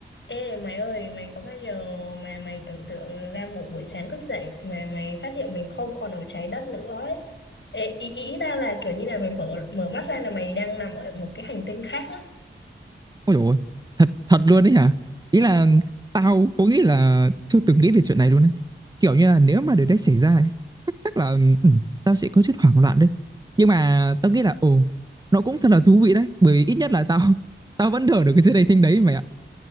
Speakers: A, on the left; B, on the right.
A: Ê mày ơi, mày có bao giờ mà mày tưởng tượng ra một buổi sáng thức dậy mà mày phát hiện mình không còn ở trái đất nữa ấy. Ê, ý, ý tao là kiểu như là mày mở mở mắt ra là mày đang nằm ở một cái hành tinh khác á.
B: Ôi dồi ôi, thật thật luôn đấy hả? Ý là tao có nghĩ là chưa từng nghĩ về chuyện này luôn đấy. Kiểu như là nếu mà điều đấy xảy ra ấy, chắc chắc là ừ, tao sẽ có chút hoảng loạn đấy. Nhưng mà tao nghĩ là ồ nó cũng thật là thú vị đấy, bởi vì ít nhất là tao <laughs> tao vẫn thở được cái chuyện đầy thinh đấy mày ạ.